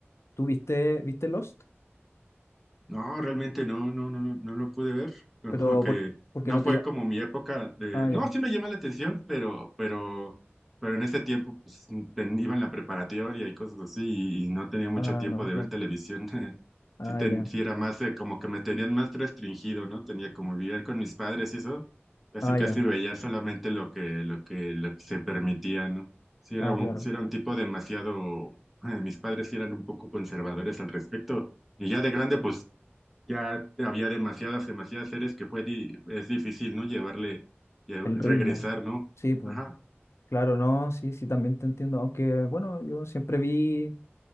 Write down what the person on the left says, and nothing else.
¿Tú viste, viste Lost?
Pero,
¿por, porque
no
te ya?
Ah, ya.
Ah,
no,
no.
Ah,
ya.
Ah,
ya.
Ah,
claro.
El ritmo.
Sí, pues.
Claro, no, sí, sí, también te entiendo. Aunque, bueno, yo siempre vi,